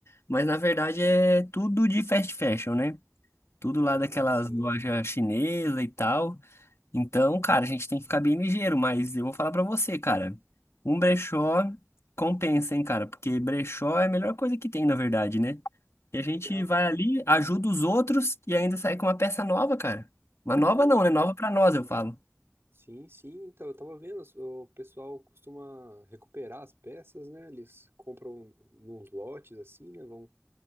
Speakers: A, on the left; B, on the right.
A: mas na verdade é tudo de fast fashion, né? Tudo lá
B: Ah,
A: daquelas
B: sim.
A: lojas chinesas e tal. Então, cara, a gente tem que ficar bem ligeiro, mas eu vou falar pra você, cara. Um brechó compensa, hein, cara? Porque brechó é a melhor coisa que tem, na verdade, né? E a gente
B: Legal.
A: vai ali, ajuda os outros e ainda sai com uma peça nova, cara. Uma nova
B: Pô,
A: não, né? Nova pra nós, eu falo.
B: Sim, sim. Então, eu tava vendo, o pessoal costuma recuperar as peças, né? Eles compram nos lotes, assim, né? Vão,